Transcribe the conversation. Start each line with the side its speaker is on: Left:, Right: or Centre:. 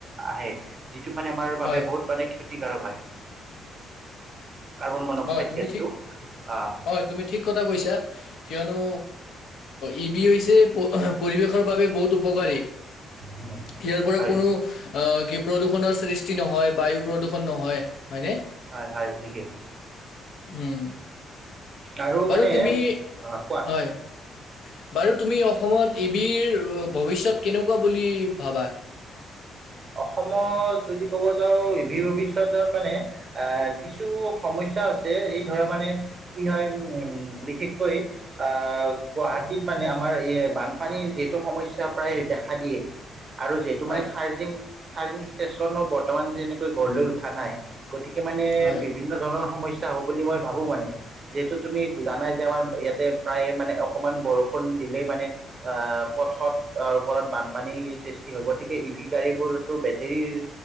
Right: আহে। যিটো মানে আমাৰ বাবে
Left: হয়,
Right: বহুত মানে ক্ষতিকাৰক হয়। কাৰ্বন মনক্সাইড
Left: হয়, তুমি
Right: গেছটো।
Left: ঠিক
Right: আহ
Left: হয়, তুমি ঠিক কথা কৈছা। কিয়নো, ই ভি হৈছে পৰিৱেশৰ বাবে বহুত উপকাৰী।
Right: উম
Left: ইয়াৰ পৰা
Right: হয়
Left: কোনো আহ কি প্ৰদূষণৰ সৃষ্টি নহয়। বায়ু প্ৰদূষণ নহয়, হয়নে?
Right: হয়-হয় ঠিকেই।
Left: উম,
Right: আৰু
Left: বাৰু
Right: মানে
Left: তুমি,
Right: অ কোৱা
Left: হয়। বাৰু তুমি অসমত ই ভিৰ ভৱিষ্যত কেনেকুৱা বুলি ভাবা?
Right: অসমত যদি ক'ব যাওঁ ই ভিৰ ভৱিষ্যতৰ মানে, আহ, কিছু সমস্যা আছে, এই ধৰা মানে কি হয়, উম, বিশেষকৈ আহ, গুৱাহাটীত মানে আমাৰ এই বানপানীৰ যিহেতু সমস্যা প্ৰায় দেখা দিয়ে। <unintelligible> আৰু যিহেতু
Left: হয়
Right: মানে চাৰ্জিং, চাৰ্জিং ষ্টেচনো বৰ্তমান যেনেকৈ গড়লৈ উঠা নাই। গতিকে মানে,
Left: হয়
Right: বিভিন্ন ধৰণৰ সমস্যা হ'ব বুলি মই ভাবো মানে। যিহেতু তুমি জানাই যে, আমাৰ ইয়াতে প্ৰায় মানে অকমান বৰষুণ দিলেই মানে, আহ, পথত ওপৰত বানপানীৰ সৃষ্টি হব। গতিকে ই ভি, গাড়ী বোৰতো বেটেৰীৰ,